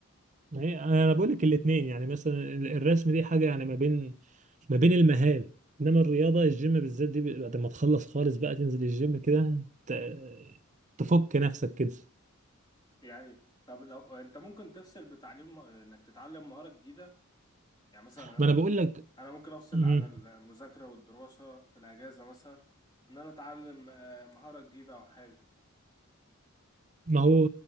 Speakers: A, on the right; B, on the left.
A: ما هي انا بقول لك الاثنين يعني مثلا ال- الرسم دي حاجه يعني ما بين ما بين المهام انما الرياضه الجيم بالذات دي ب- بعد ما تخلص خالص بقى تنزل الجيم كده ت- تفك نفسك كده
B: يعني طب لو انت ممكن تفصل بتعليم انك تتعلم مهارة جديدة يعني مثلا انا
A: ما انا بقول لك
B: انا ممكن افصل
A: مم.
B: عن المذاكره والدراسه في الاجازه مثلا ان انا اتعلم آه، مهاره جديده او حاجه
A: ما هو